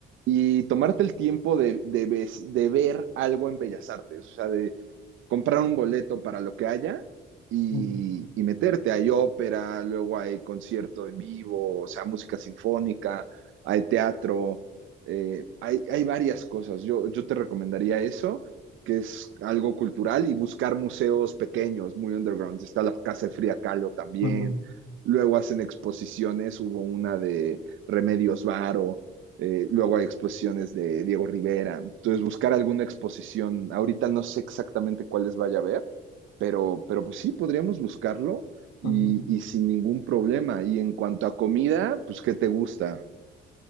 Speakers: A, on the right; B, on the left.
A: y tomarte el tiempo de, de ves- de ver algo en Bellas Artes, o sea, de, comprar un boleto para lo que haya y,
B: Ujú,
A: y meterte. Hay ópera, luego hay concierto en vivo, o sea, música sinfónica, hay teatro, eh, hay, hay, varias cosas. Yo, yo te recomendaría eso, que es algo cultural, y buscar museos pequeños, muy underground. Está la Casa de Fría Kahlo también.
B: ujú,
A: Luego hacen exposiciones, hubo una de Remedios Varo, eh, luego hay exposiciones de Diego Rivera. Entonces, buscar alguna exposición. Ahorita no sé exactamente cuáles vaya a haber, pero, pero pues sí, podríamos buscarlo y,
B: ujú.
A: y sin ningún problema. Y en cuanto a comida, pues, ¿qué te gusta?